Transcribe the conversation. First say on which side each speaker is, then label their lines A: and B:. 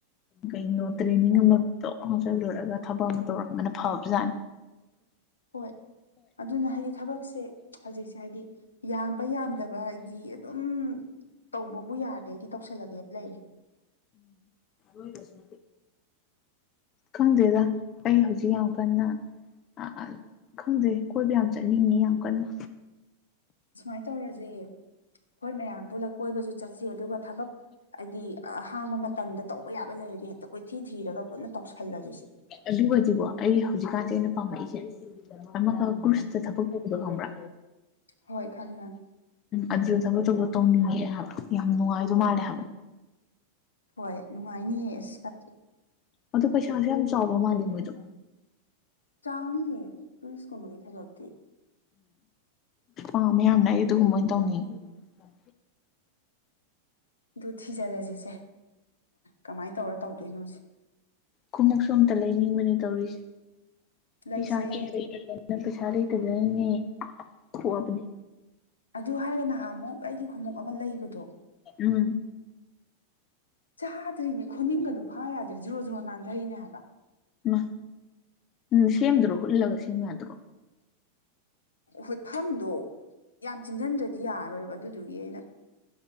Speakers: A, on the left; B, on the left.
A: ꯀꯩꯅꯣ ꯇ꯭ꯔꯦꯅꯤꯡ ꯑꯃ ꯇꯧ ꯆꯜꯂꯨꯔꯒ ꯊꯕꯛ ꯑꯃ ꯇꯧꯔꯛꯝꯕꯅ ꯐꯕꯖꯥꯠꯅꯤ
B: ꯍꯣꯏ ꯑꯗꯨꯅ ꯍꯥꯏꯗꯤ ꯊꯕꯛꯁꯦ ꯍꯧꯖꯤꯛꯁꯦ ꯍꯥꯏꯗꯤ ꯌꯥꯝꯕ ꯌꯥꯝꯗꯕ ꯍꯥꯏꯗꯤ ꯑꯗꯨꯝ ꯇꯧꯕꯕꯨ ꯌꯥꯔꯗꯦ ꯑꯩꯗꯤ ꯇꯧꯁꯜꯂꯒꯦꯅ ꯂꯩꯔꯦ
A: ꯣꯏꯕꯁ ꯈꯪꯗꯦꯗ ꯑꯩ ꯍꯧꯖꯤꯛ ꯌꯥꯝ ꯀꯟꯅ ꯑ ꯈꯪꯗꯩ ꯀꯣꯏꯕ ꯌꯥꯝ ꯆꯠꯅꯤꯡꯉꯤ ꯌꯥꯝ ꯀꯟꯅ
B: ꯁꯨꯃꯥꯏꯅ ꯇꯧꯔꯁꯦ ꯍꯣꯏ ꯃꯌꯥꯝ ꯄꯨꯂꯛ ꯀꯣꯏꯕꯁꯨ ꯆꯠꯁ ꯑꯗꯨꯒ ꯊꯕꯛ ꯍꯥꯏꯗꯤ ꯑꯍꯥꯡꯕ ꯃꯇꯝꯗ ꯇꯧꯕ ꯌꯥꯕ ꯂꯩꯔꯗꯤꯦ ꯍꯦꯛꯇ ꯀꯣꯏꯊꯤ ꯊꯤꯔꯒ ꯄꯨꯟꯅ ꯇꯧꯁꯜꯂꯁꯤꯁꯦ
A: ꯑꯗꯨꯒꯗꯤꯀꯣ ꯑꯩ ꯍꯧꯖꯤꯛꯀꯥꯟꯁꯦ ꯑꯩꯅ ꯄꯥꯝꯃꯛꯏꯁꯦ ꯑꯃꯒ ꯒ꯭ꯔꯨꯁꯇ
B: ꯎꯝ
A: ꯊꯕꯛ ꯇꯧꯕꯗꯣ ꯈꯪꯕ꯭ꯔꯥ
B: ꯍꯣꯏ ꯈꯪꯉꯦ ꯈꯪꯉꯦ
A: ꯑꯗꯨꯗ ꯊꯕꯛꯛꯇꯧꯕ ꯇꯧꯅꯤꯡꯉꯛꯑꯦ ꯍꯥꯏꯕ ꯌꯥꯝ ꯅꯨꯡꯉꯥꯏꯗꯧ ꯃꯥꯜꯂꯦ ꯍꯥꯏꯕ
B: ꯍꯣꯏ ꯅꯨꯡꯉꯥꯏꯅꯤꯌꯦ ꯑꯁꯤ ꯇ
A: ꯑꯗꯨ ꯄꯩꯁꯥꯁꯨ ꯌꯥꯝ ꯆꯥꯎꯕ ꯃꯥꯜꯂꯦ ꯃꯣꯏꯗꯣ
B: ꯆꯥꯎꯅꯤꯌꯦ ꯇꯨꯔꯤꯁꯀꯨꯝꯕꯒꯤ ꯊꯕꯛꯇꯤ
A: ꯎꯝ ꯑ ꯃꯌꯥꯝꯅ ꯑꯩꯗ ꯍꯨꯝꯃꯣꯏꯅ ꯇꯧꯅꯤ ꯊꯝ
B: ꯑꯗꯨ ꯊꯤꯖꯤꯜꯂꯁꯤꯁꯦ ꯀꯃꯥꯏꯅ ꯇꯧꯔ ꯇꯧꯗꯣꯏꯅꯣꯁꯦ
A: ꯈꯨꯎꯞ ꯁꯣꯝꯇ ꯂꯩꯅꯤꯡꯕꯅꯤ ꯇꯧꯔꯤꯁꯦ ꯄꯩꯁꯥ
B: ꯂꯩꯁꯦ
A: ꯀꯌꯥ ꯂꯩꯇꯗꯅ ꯄꯩꯁꯥ ꯂꯩꯇꯗꯅꯦꯣꯕꯅꯤ
B: ꯑꯗꯨ ꯍꯥꯏꯔꯒ ꯅꯍꯥꯟ ꯑꯃꯨꯛ ꯑꯩꯒꯤ ꯈꯣꯡꯎꯞ ꯑꯃ ꯂꯩꯕꯗꯣ
A: ꯎꯝ
B: ꯆꯥꯗ꯭ꯔꯤꯅꯦ ꯈꯣꯅꯤꯡꯒꯗꯣ ꯐꯥ ꯌꯥꯗ꯭ꯔꯦ ꯖ꯭ꯔꯣ ꯖ꯭ꯔꯣ ꯅꯥꯟꯊꯩꯅꯦ ꯍꯥꯏꯕ
A: ꯃꯥ ꯎꯝ ꯁꯦꯝꯗꯔꯣ ꯍꯨꯠꯂꯒ ꯁꯦꯝꯕ ꯌꯥꯗꯔꯣ
B: ꯍꯨꯠꯐꯝꯗꯣ ꯌꯥꯝ ꯆꯤꯡꯁꯤꯟꯗ꯭ꯔꯗꯤ ꯌꯥꯔꯔꯣꯏꯕ ꯑꯗꯨꯗꯨꯒꯤ ꯑꯩꯅ